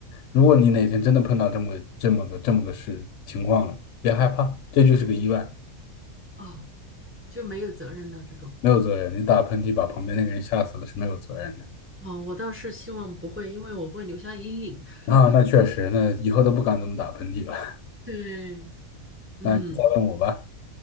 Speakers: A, on the left; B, on the right.
A: 如果你哪天真的碰到这么个这么个这么个事情况了，别害怕，这就是个意外，
B: 哦，就没有责任的这种
A: 没有责任。你打喷嚏把旁边那个人吓死了是没有责任的。
B: 哦，我倒是希望不会，因为我会留下阴影。
A: 啊，
B: <laughs>
A: 那确实，那以后都不敢这么打喷嚏了。<laughs>
B: 对，嗯
A: 那你再问我吧，